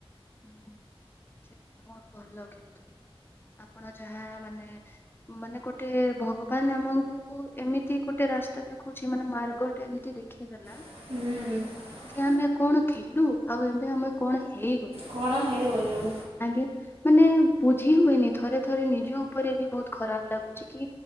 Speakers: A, on the left; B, on the right.
A: ଉଁ ହୁଁ। ସେ ବହୁତ ଭଲ କିନ୍ତୁ ଆପଣ ଯାହା ମାନେ ମାନେ ଗୋଟେ ଭଗବାନ ଆମକୁ ଏମିତି ଗୋଟେ ରାସ୍ତା ଦେଖୁଛି, ମାନେ ମାର୍ଗଟା ଏମିତି ଦେଖିଇଦେଲା
B: ହୁଁ।
A: ଏ ଆମେ କଣ ଥିଲୁ ଆଉ ଏବେ ଆମେ କଣ ହେଇଗଲୁ।
B: କଣ ହେଇଗଲୁ।
A: ଆଜ୍ଞା ମାନେ ବୁଝି ହୁଏନି, ଥରେ ଥରେ ନିଜ ଉପରେ ବି ବହୁତ ଖରାପ ଲାଗୁଛି, କି